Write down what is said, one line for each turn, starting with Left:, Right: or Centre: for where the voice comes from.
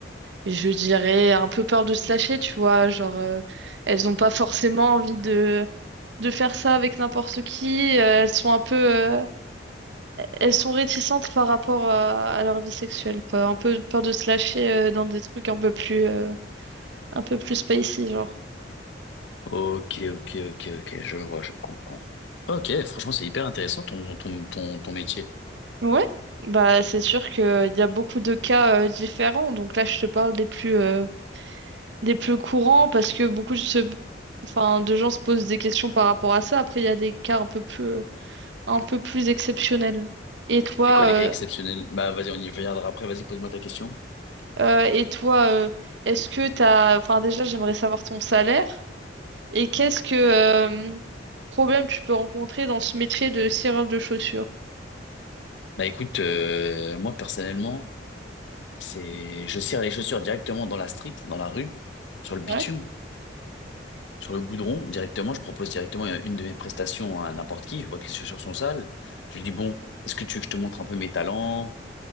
Right: je dirais un peu peur de se lâcher, tu vois, genre, euh, elles n'ont pas forcément envie de, de faire ça avec n'importe qui, euh, elles sont un peu, euh, elles sont réticentes par rapport à, à leur vie sexuelle, quoi. Un peu peur de se lâcher euh, dans des trucs un peu plus... euh, un peu plus spicy, genre.
Left: Ok, ok, ok, ok, je vois, je comprends. Ok, franchement, c'est hyper intéressant ton, ton, ton, ton métier.
Right: Ouais, bah c'est sûr que euh, il y a beaucoup de cas euh, différents. Donc là, je te parle des plus euh, des plus courants parce que beaucoup de se- enfin de gens se posent des questions par rapport à ça. Après, il y a des cas un peu plus euh, un peu plus exceptionnels. Et toi,
Left: C'est quoi les
Right: euh,
Left: cas exceptionnels? Bah, vas-y, on y reviendra après. Vas-y, pose-moi ta question.
Right: euh, et toi, euh, est-ce que t'as, enfin déjà, j'aimerais savoir ton salaire et qu'est-ce que euh, problème tu peux rencontrer dans ce métier de cireur de chaussures?
Left: Bah, écoute, euh, moi, personnellement, c'est, je cire les chaussures directement dans la street, dans la rue, sur le bitume,
Right: Ouais.
Left: sur le goudron, directement. Je propose directement une de mes prestations à n'importe qui. Je vois que les chaussures sont sales. Je lui dis, bon, est-ce que tu veux que je te montre un peu mes talents